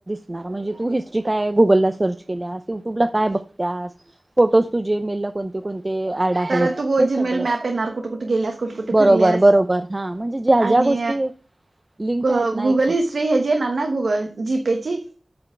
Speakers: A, on the right (about 20°); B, on the right (about 75°).
A: णार म्हणजे तू हिस्ट्री काय गुगल सर्च केल्यास युट्यूब ला काय बघत्यास फोटोज तुझे मेलला कोणते कोणते ऍड आहेत
B: तर तु गो
A: हे सगळं
B: जिमेल मॅप येणार कुट कुट गेल्यास कुट कुट
A: बरोबर
B: फिरल्यास
A: बरोबर हा म्हणजे ज्या ज्या
B: आणि
A: गोष्टी लिंक
B: ग
A: आहेत ना एकमेक
B: गुगल हिस ते ह्याजी येणार ना गुगल जीपे ची